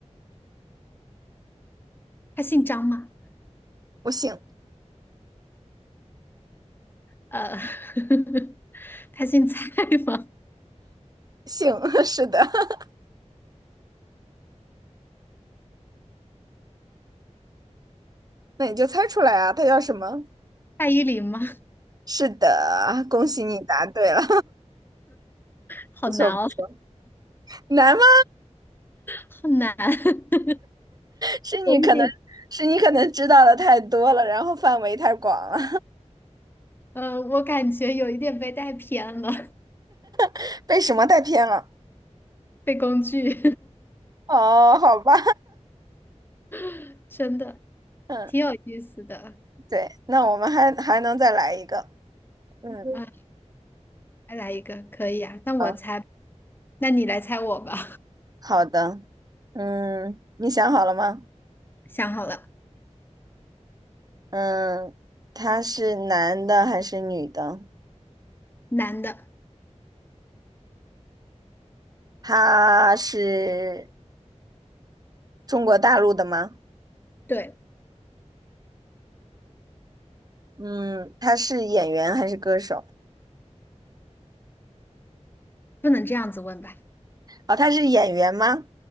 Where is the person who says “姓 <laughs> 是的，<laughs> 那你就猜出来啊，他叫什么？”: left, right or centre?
Right